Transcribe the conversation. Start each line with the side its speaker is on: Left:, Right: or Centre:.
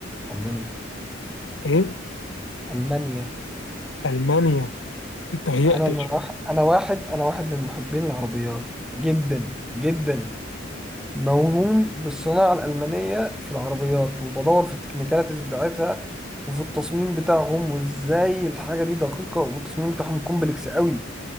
Centre: المانيا
Left: ايه؟
Centre: المانيا
Left: المانيا انت هيئت
Centre: انا من واحد انا واحد انا واحد من محبين العربيات جدا جدا موهوم بالصناعه الالمانيه في العربيات وبدور في التكنيكاليتيز بتاعتها وفي التصميم بتاعهم وازاي الحاجه دي دقيقه والتصميم بتاعهم كومبلكس قوي